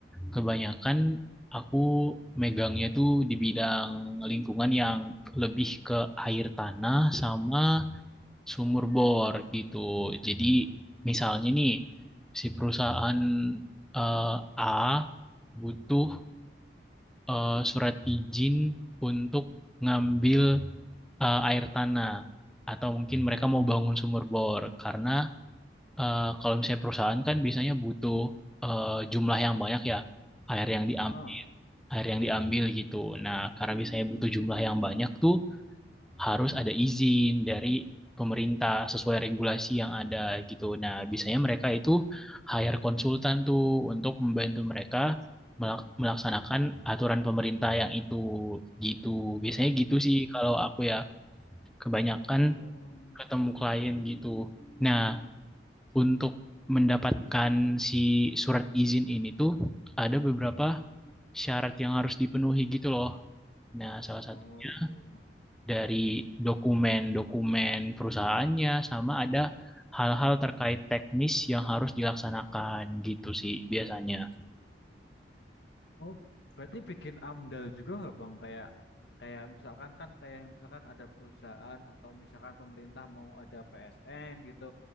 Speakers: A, in the centre; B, on the left (about 75°).
A: kebanyakan aku megangnya tuh di bidang lingkungan yang lebih ke air tanah sama sumur bor gitu. Jadi misalnya nih si perusahaan eh, A butuh eh, surat izin untuk ngambil eh, air tanah atau mungkin mereka mau bangun sumur bor karena eh, kalau misalnya perusahaan kan biasanya butuh eh, jumlah yang banyak ya air yang diambil
B: Ah.
A: air yang diambil gitu. Nah, karena biasanya butuh jumlah yang banyak tuh harus ada izin dari pemerintah sesuai regulasi yang ada gitu. Nah, biasanya mereka itu hire konsultan tuh untuk membantu mereka melak- melaksanakan aturan pemerintah yang itu gitu. Biasanya gitu sih kalau aku ya kebanyakan
B: Oh,
A: ketemu klien gitu. Nah, untuk mendapatkan si surat izin ini tuh ada beberapa syarat yang harus dipenuhi gitu loh. Nah, salah satunya
B: oh,
A: dari dokumen-dokumen perusahaannya sama ada hal-hal terkait teknis yang harus dilaksanakan gitu sih biasanya.
B: oh, berarti bikin AMDAL juga nggak Bang? Kayak kayak misalkan kan kayak misalkan ada perusahaan atau misalkan pemerintah mau ada PSN gitu.